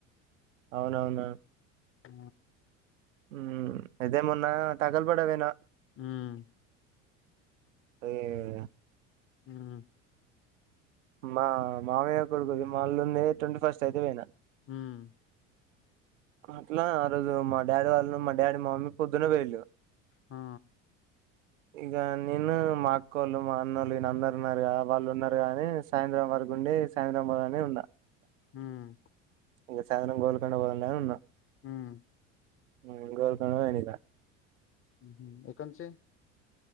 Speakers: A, on the right (about 80°); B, on the left (about 35°).
A: అవునవున
B: ఆ
A: హ్మ్ అయితే మొన్న తగల్బడవేన
B: హ్మ్
A: అయ్యా
B: హ్మ్
A: మా మామయ్య కొడుకు మాళ ఉంది ట్వంటీ ఫస్ట్ అయితే పోయిన
B: హ్మ్
A: అట్లా ఆ రోజు మా డాడీ వాళ్ళు మా డాడీ మమ్మీ పొద్దున్నే పోయిళ్ళు
B: ఆ
A: ఇగ నేను మా అక్కోళ్ళు మా అన్నళ్ళు విల్ అందరు ఉన్నరు గా వాళ్ళు ఉన్నారు గా ఆని సాయంత్రం వరకు ఉండి సాయంత్ర్రాంబాద్ అని ఉన్న
B: హ్మ్
A: ఇంగ సాయంత్రం గోల్కండ పోవాల్ ఆన్ ఉన్న
B: హ్మ్
A: హ్మ్ గోల్కొండ పొదిగ
B: ఊహు ఎకంచే